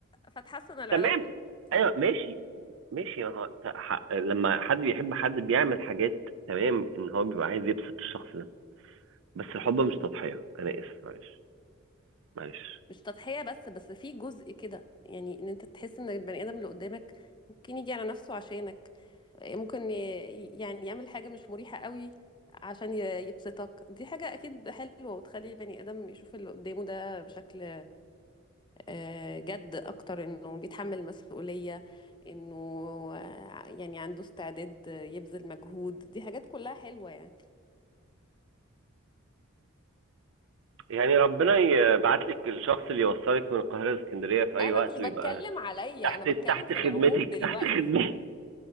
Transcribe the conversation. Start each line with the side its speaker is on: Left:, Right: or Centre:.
Left: فتحسن العلاقة
Right: تمام
Left: ف...
Right: ايوه ماشي ماشي ها... ت- ح- لما حد بيحب حد بيعمل حاجات تمام ان هو بيبقى عايز يبسط الشخص ده بس الحب
Left: مم.
Right: مش تضحيه انا اسف معلش معلش
Left: مش تضحية بس بس في جزء كده يعني ان انت تحس ان البني ادم اللي قدامك ممكن يجي على نفسه عشانك آه، ممكن ي- يعني يعمل حاجة مش مريحة قوي عشان ي- يبسطك دي حاجة اكيد حلوة وتخلي البني ادم يشوف اللي قدامه ده بشكل آه، جد اكتر انه بيتحمل مسؤولية انه آه، يعني عنده استعداد يبذل مجهود دي حاجات كلها حلوة يعني
Right: يعني ربنا يبعت لك الشخص اللي يوصلك من القاهرة لاسكندرية في أي
Left: انا
Right: وقت
Left: مش بتكلم
Right: ويبقى
Left: عليا
Right: تحت
Left: انا
Right: تحت
Left: بتكلم في
Right: خدمتك
Left: العموم دلوقتي
Right: تحت خدمتك